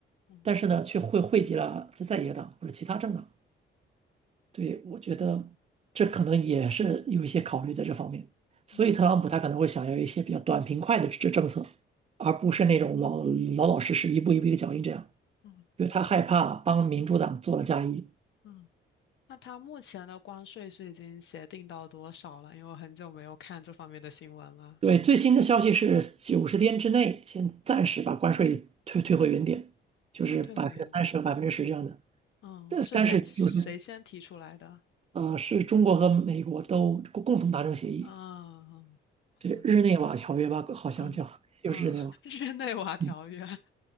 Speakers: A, on the left; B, on the right.
A: 嗯
B: 但是呢，却会惠及了在在野党或者其他政党。对，我觉得这可能也是有一些考虑在这方面，所以特朗普他可能会想要一些比较短平快的政政策，
A: 嗯
B: 而不是那种老老老实实一步一步一个脚印这样，
A: 嗯
B: 因为他害怕帮民主党做了嫁衣。
A: 嗯，那他目前的关税是已经协定到多少了？因为我很久没有看这方面的新闻了。
B: 对，最新的消息是九十天之内先暂时把关税退退回原点，就是百分之三十和百分之十这样的。
A: 哦，退回原点。嗯，
B: 这但是就是
A: 是谁谁先提出来的？
B: 呃，是中国和美国都共同达成协议，
A: 嗯
B: 对日内瓦条约吧，
A: 嗯
B: 好像叫又是日内瓦，
A: 嗯嗯，<laughs> 日内瓦条约。
B: 嗯，
A: <laughs>